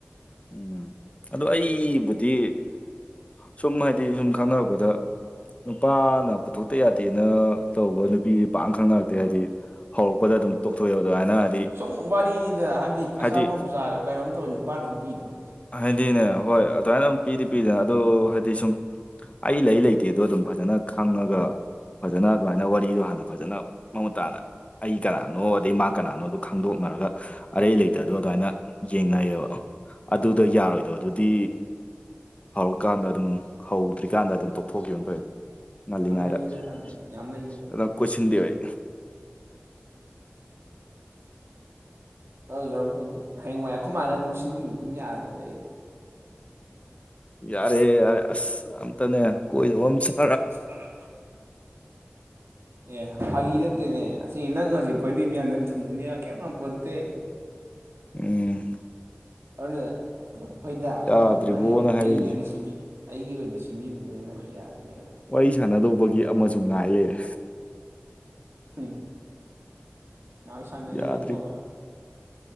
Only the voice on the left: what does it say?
ꯎꯝ ꯑꯗꯣ ꯑꯩꯕꯨꯗꯤ ꯁꯨꯝ ꯍꯥꯏꯗꯤ ꯁꯨꯝ ꯈꯪꯅꯔꯛꯄꯗ ꯅꯨꯄꯥꯅ ꯄꯨꯊꯣꯛꯇ ꯌꯥꯗꯦꯅ ꯇꯧꯕ ꯅꯨꯄꯤ ꯄꯥꯛ ꯈꯪꯅꯔꯛꯇꯦ ꯍꯥꯏꯗꯤ ꯍꯧꯔꯛꯄꯗ ꯑꯗꯨꯝ ꯇꯣꯛꯊꯣꯛꯑꯦꯕ ꯑꯗꯨꯃꯥꯏꯅ ꯍꯥꯏꯗꯤ
ꯍꯥꯏꯗꯤ
ꯍꯥꯏꯗꯤꯅꯦ ꯍꯣꯏ ꯑꯗꯨꯃꯥꯏꯅ ꯑꯗꯨꯝ ꯄꯤꯗꯤ
ꯄꯤꯗꯅ ꯑꯗꯨ ꯍꯥꯏꯗꯤ ꯁꯨꯝ ꯑꯩ ꯂꯩ ꯂꯩꯇꯦꯗꯣ ꯑꯗꯨꯝ ꯐꯖꯅ ꯈꯪꯉꯒ ꯐꯖꯅ ꯑꯗꯨꯃꯥꯏꯅ ꯋꯥꯔꯤꯗꯣ ꯍꯥꯟꯅ ꯐꯖꯅ ꯃꯃꯨꯠ ꯇꯥꯅ ꯑꯩ ꯀꯅꯥꯅꯣ ꯑꯗꯩ ꯃꯥ ꯀꯅꯥꯅꯣꯗꯣ ꯈꯪꯗꯣꯛꯅꯔꯒ ꯑꯔꯩ ꯂꯩꯇꯗꯣ ꯑꯗꯨꯃꯥꯏꯅ ꯌꯦꯡꯅꯩꯌꯦꯕ ꯑꯗꯨꯗ
ꯌꯥꯔꯣꯏꯗꯧꯗꯨꯗꯤ ꯍꯧꯔꯀꯥꯟꯗ ꯑꯗꯨꯝ ꯍꯧꯗ꯭ꯔꯤꯀꯥꯟꯗ ꯑꯗꯨꯝ ꯇꯣꯛꯊꯣꯛꯈꯤꯕꯅ ꯐꯩꯕ ꯉꯜꯂꯤꯉꯥꯏꯗ
ꯀꯣꯏꯁꯤꯟꯗꯦ ꯑꯩ
ꯌꯥꯔꯦ ꯌꯥꯔꯦ ꯑꯁ ꯑꯝꯇꯅꯦ ꯀꯣꯏꯗꯧꯕ ꯑꯝ ꯁꯠ
ꯎꯝ
ꯌꯥꯗ꯭ꯔꯤꯕꯣꯅ
ꯍꯥꯏꯔꯛꯏꯁꯦ
ꯋꯥꯔꯤ ꯁꯥꯟꯅꯗꯧꯕꯒꯤ ꯑꯃꯁꯨ ꯉꯥꯏ ꯂꯩꯔꯦ
ꯌꯥꯗ꯭ꯔꯤ